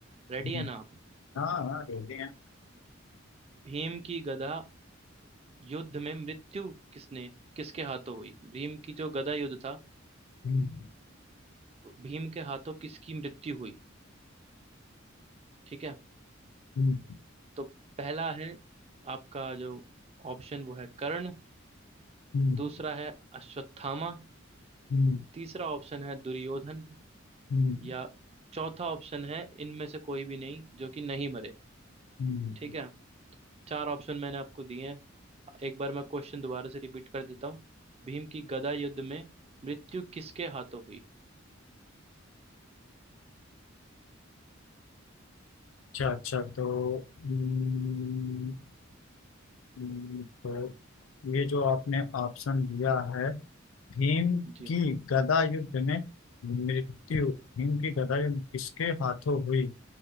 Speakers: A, on the right (about 30°); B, on the left (about 80°).
A: रेडी
B: हम्म,
A: है ना आप
B: हाँ हाँ रेडी हैं
A: भीम की गदा युद्ध में मृत्यु किसने किसके हाथों हुई भीम की जो गदा युद्ध था
B: हम्म,
A: भीम के हाथों किसकी मृत्यु हुई ठीक है
B: हम्म,
A: तो पहला है आपका जो ऑप्शन वो है कर्ण
B: हम्म,
A: दूसरा है अश्वत्थामा
B: हम्म,
A: तीसरा ऑप्शन है दुर्योधन
B: हम्म,
A: या चौथा ऑप्शन है इनमें से कोई भी नहीं जो कि नहीं मरे
B: हम्म।
A: ठीक है चार ऑप्शन मैंने आपको दिए हैं एक बार मैं क्वेश्चन दोबारा से रिपीट कर देता हूँ भीम की गदा युद्ध में मृत्यु किसके हाथों हुई
B: अच्छा अच्छा तो हम्म, हम्म, तो ये जो आपने ऑप्शन दिया है भीम
A: जी
B: की गदा युद्ध में मृत्यु भीम की गदा युद्ध किसके हाथों हुई